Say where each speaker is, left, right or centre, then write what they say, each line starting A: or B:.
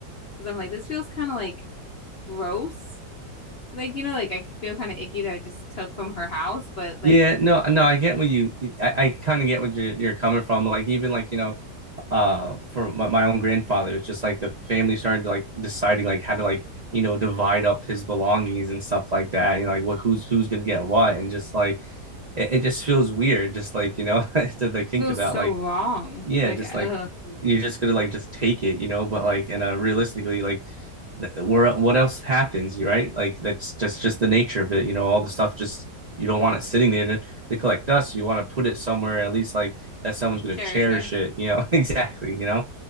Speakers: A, on the left; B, on the right.
A: because I'm like this feels kind of like gross. Like you know, like I feel kind of icky that I just took from her house, but like
B: Yeah, no, no, I get what you, I, I kind of get what you're, you're coming from. Like, even like, you know, uh, for my, my own grandfather, it's just like the family started like deciding like how to like, you know, divide up his belongings and stuff like that. You know, like what, who's, who's gonna get what. And just like, it, it just feels weird, just like, you know, <laughs> to like think
A: feels
B: about
A: so
B: like,
A: wrong.
B: yeah,
A: Like
B: just
A: ugh,
B: like you're just gonna like just take it, you know. But like, and uh, realistically, like, th- where what else happens, right? Like that's that's just the nature of it, you know. All the stuff just you don't want it sitting there to, to collect dust. You want to put it somewhere at least like that someone's gonna
A: cherish
B: cherish
A: it.
B: it, you know. <laughs> exactly, you know.